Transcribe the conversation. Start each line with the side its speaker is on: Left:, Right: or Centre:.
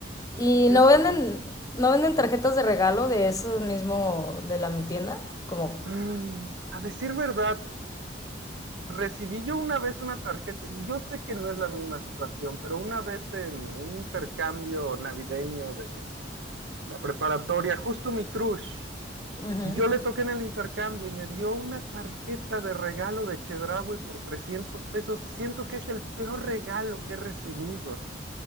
Left: ¿Y
Right: Siempre
Left: no venden,
Right: fue...
Left: no venden tarjetas de regalo de eso mismo de la mi tienda? Como,
Right: Mm, A decir verdad, Recibí yo una vez una tarjeta, yo sé que no es la misma situación, pero una vez en un intercambio navideño de la preparatoria, justo mi crush,
Left: ujú,
Right: yo le toqué en el intercambio y me dio una tarjeta de regalo de Chedraui por 300 pesos. Siento que es el peor regalo que he recibido.